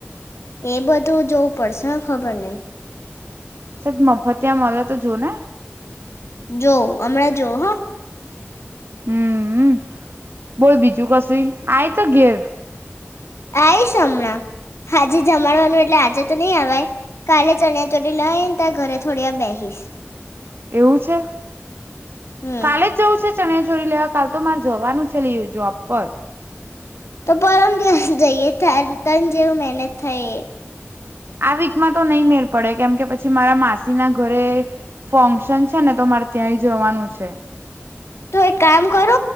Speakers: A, on the left; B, on the right.
A: એ બધું જોવું પડશે હહ ખબર નહીં.
B: સજ મફત ત્યાં મલે તો જોને
A: જો હમણાં જો હહ
B: હમ બોલ બીજું કશુંએ? આય તો ઘેર
A: આઈસ હમણાં આજે જમાડવાનું એટલે આજે તો નહી અવાય કાલે ચણ્યા ચોટી લઇને તારે ઘરે થોડી વાર બેહીશ.
B: એવું છે
A: હમ
B: કાલે જ જવું છે? ચણીયા ચોળી લેવા કાલ તો મારે જવાનું છે અલી જોબ પર.
A: તો પરમ દિવસ જઈએ તાર તન જેમ મેનેજ થઈ એમ
B: આ વીકમાં તો નહીં મેળ પડે કેમ કે પછી મારા માસી ના ઘરે ફંક્શન છે ને તો મારે ત્યાં એ જવાનું છે.
A: તો એક કામ કરું